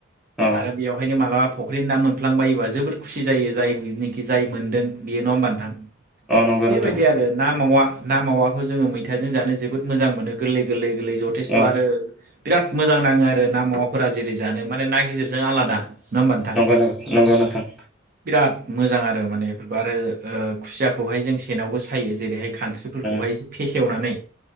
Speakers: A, in the centre; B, on the right.
A: अ
B: आरो बेयावहायनो मालाबा फख्रिनि ना मोनफ्लांबायोबा जोबोद खुसि जायो जायनिखि जाय मोनदों बेयो नङा होमबा नोंथां
A: औ नंगौ
B: बेबायदि
A: नोंथां।
B: आरो ना मावा ना मावाखौ जोङो मैथाजों जानो जोबोद मोजां मोनो गोरलै गोरलै गोरलै जथेसथ'
A: अ
B: आरो। बिराद मोजां नाङो आरो ना मावाफोरा जेरै जानो माने ना गिदिरजों आलादा नङा होमबा नोंथां
A: नंगौ नं नंगौ नोंथां।
B: बिराद मोजां आरो माने बेफोरखौ आरो ओ खुसियाखौहाय जों सेनावबो सा यो जेरैहाय खानस्रिफोरखौहाय
A: औ
B: एसे फेसेवनानै